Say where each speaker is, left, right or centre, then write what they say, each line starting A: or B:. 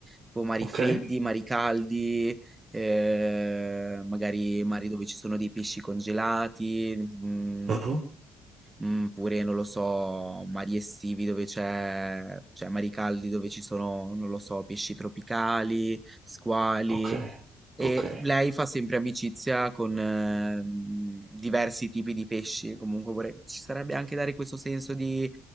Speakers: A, on the right; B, on the right.
A: tipo mari
B: Ok,
A: freddi, mari caldi, eh, magari mari dove ci sono dei pesci congelati, mm,
B: Mhm.
A: mm, pure non lo so, mari estivi dove c'è, cioè mari caldi dove ci sono, non lo so, pesci tropicali, squali.
B: ok,
A: E
B: ok.
A: lei fa sempre amicizia con ehm, diversi tipi di pesci, comunque vorrei- ci sarebbe anche dare questo senso di